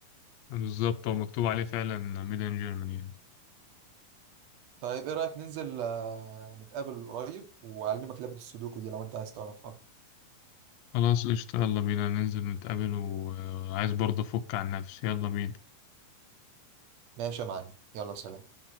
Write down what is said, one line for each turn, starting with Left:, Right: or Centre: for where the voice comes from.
Left: بالظبط هو مكتوب عليه فعلا ميد ان جيرماني يعني
Right: طيب ايه رايك ننزل آه، نتقابل قريب واعلمك لعبه السودوكو دي لو انت عايز تعرفها
Left: خلاص قشطة يلا بينا ننزل نتقابل وعايز برضه افك عن نفسي يلا بينا
Right: ماشي يا معلم يلا سلام